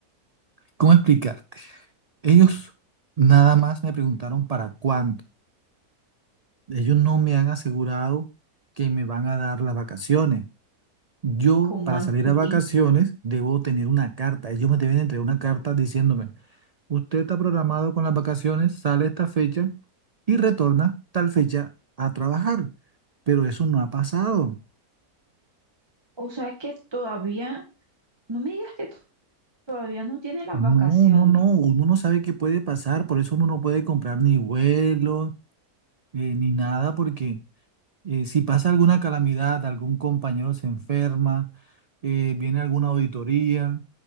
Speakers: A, on the right; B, on the right.
A: ¿Cómo explicarte? Ellos nada más me preguntaron para cuándo. Ellos no me han asegurado que me van a dar las vacaciones. Yo,
B: ¿cómo
A: para
B: así?
A: salir a vacaciones, debo tener una carta. Ellos me deben entregar una carta diciéndome, usted está programado con las vacaciones, sale esta fecha y retorna tal fecha a trabajar. Pero eso no ha pasado.
B: O sea que todavía, no me digas que to- todavía no tiene las
A: No,
B: vacaciones.
A: no, no, uno no sabe qué puede pasar, por eso uno no puede comprar ni vuelos eh, ni nada, porque eh, si pasa alguna calamidad, algún compañero se enferma, eh, viene alguna auditoría